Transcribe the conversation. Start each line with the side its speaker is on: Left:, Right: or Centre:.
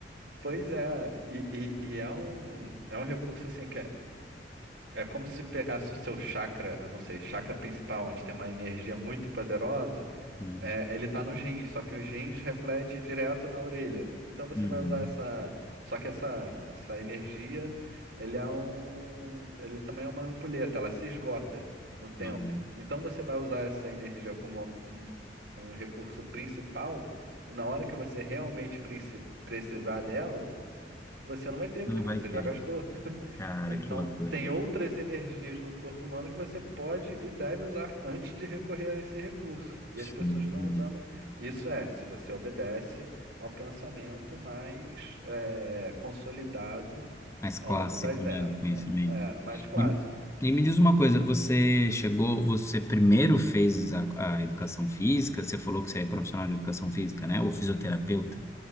Right: pois é, e, e- e é um, é um recurso assim que é É como se pegasse o seu chakra, eu não sei, chakra principal, onde tem uma energia muito poderosa,
Left: Uhum,
Right: é, ele tá nos rins, só que os rins reflete direto na orelha. Então você
Left: uhum,
Right: vai usar essa, só que essa, essa energia, ele é um, ele também é uma ampulheta, ela se esgota no tempo.
Left: uhum.
Right: Então você vai usar essa energia como um, um um recurso principal, na hora que você realmente princi- precisar dela, você não vai ter,
Left: Não
Right: porque
Left: vai
Right: você
Left: ter.
Right: já gastou.
Left: Cara,
Right: Então,
Left: que loucura.
Right: tem outras energias no corpo humano que você pode e deve usar antes de recorrer a esse recurso. E
Left: Sim,
Right: as pessoas estão
Left: entendi.
Right: usando. Isso é, se você obedece ao pensamento mais é, consolidado
Left: Mais clássico,
Right: ao longo das
Left: né,
Right: eras.
Left: do conhecimento.
Right: É, é, mais clássico.
Left: E, e me diz uma coisa, você chegou, você primeiro fez a, a educação física, você falou que você é profissional de educação física, né? Ou fisioterapeuta?